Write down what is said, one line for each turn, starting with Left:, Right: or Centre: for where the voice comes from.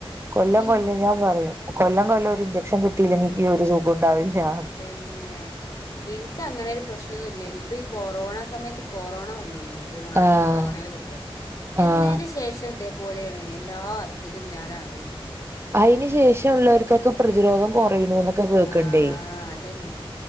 Right: കൊല്ലം
Left: എനിക്ക്
Right: കൊല്ലം ഞാൻ പറയും കൊല്ലം കൊല്ലം ഇഞ്ജെക്ഷൻ കി ട്ടില്ലെങ്കി എനിക്ക് ഒരു സുഖണ്ടാവില്ല
Left: തന്നെ എനിക്ക് അങ്ങനെ ഒരു പ്രശ്നമൊന്നും ഇല്ലേനി ഇപ്പൊ ഈ കൊറോണ സമയത്ത് കൊറോണ വന്നേനി ഒരു മാസം
Right: ആഹ്
Left: കൊറോണയില് പെട്ടു എന്നേന്റെ
Right: ആഹ്
Left: ശേഷം ദേ പോലെയാണ് എല്ലാ അസുഖം ഞാനറിയും
Right: അതിന് ശേഷം ഉള്ളവർക്കൊക്കെ പ്രതിരോധം കൊ കുറയണൂന്നൊക്കെ കേക്കണ്ടേ
Left: ആ അതന്നെ